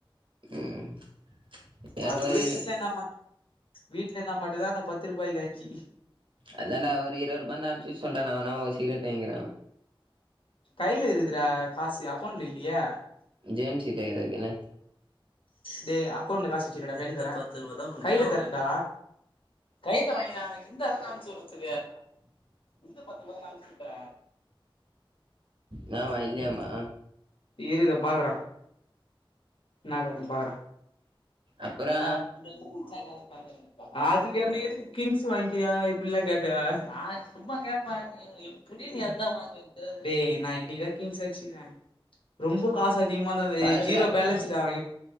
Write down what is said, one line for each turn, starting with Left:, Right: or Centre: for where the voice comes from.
Right: ம் <unintelligible>
Left: அது கூட வீட்ல இருந்தா மட் வீட்ல இந்தா மட்டுதா அந்த பத்து ரூபாய்கு அஞ்சி
Right: அத்தான்டா ஒரு இருவருபாந்தா அம்சிட் சொல்றா நா வொனா ஒர் சீரெட் வாய்கிற
Left: கைல இருகுதுறா காசு அக்கொண்ட்ல இல்லியே
Right: ஜேம்ச்சிட்ட இர்தா கேளு
Left: டே அக்கொண்ல காஸ் வச்சிரியா டா கைல தர கைல தரண்டா கைல வாங்கிதா இந்தாதான அம்சுறது இந்த பத்து ரூபா தான்டா அம்ச்சுட்ட
Right: ன்னவா இல்யாமா
Left: இரிரு பாக்குற ன்னாவேணுன் பாகுற
Right: அப்புறோ
Left: <unintelligible> அதுக்கு என்ன எதுக்கு கிங்ஸு வாங்கிர்யா இப்பிட்லாகேட்ட நா சும்மா கேப்ப நீ எப்புடி நீ அத்தா வாங்குவ எனக்கு தெரியாது டே நா என்னிக்கினா கிங்ஸ் அச்சிக்ற ரொம்பொ காசாச் <unintelligible>
Right: பக்கத்துல
Left: ஏ ஜீரோ பேலன்ஸு டா அவங்கிட்